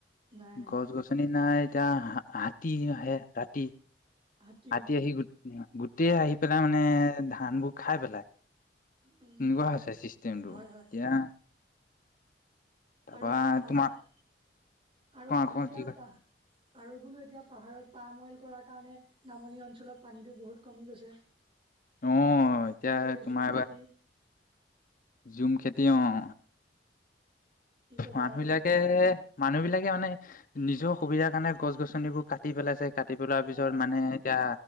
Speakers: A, on the right; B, on the left.
A: নাই অ,
B: গছ-গছনি নাই। এতিয়া হ হাতী আহে ৰাতি।
A: হাতী
B: ৰাতি আহি গোটেই আহি পেলাই মানে ধানবোৰ খাই পেলায়।
A: উম,
B: এনেকুৱা হৈছে চিষ্টমটো।
A: হয়, হয়
B: এতিয়া তাৰপা
A: আৰু এতিয়া পাহাৰ,
B: তোমাৰ
A: আৰু
B: তোমাৰ
A: বোলো
B: আকৌ
A: এতিয়া
B: কি কয়
A: পাহ আৰু বোলো এতিয়া পাহাৰত পাম অইল কৰাৰ কাৰণে নামনি অঞ্চলত পানীটো বহুত কমি গৈছে।
B: অ এতিয়া
A: আৰু এই
B: তোমাৰ
A: ঝুম খেতি
B: ঝুম খেতি, অ অ।
A: কি ক'বা
B: মানুহ
A: আৰু
B: বিলাকে, মানুহ বিলাকে মানে নিজৰ সুবিধাৰ কাৰণে গছ-গছনিবোৰ কাটি পেলাইছে। কাটি পেলোৱাৰ পিছত
A: অ,
B: মানে এতিয়া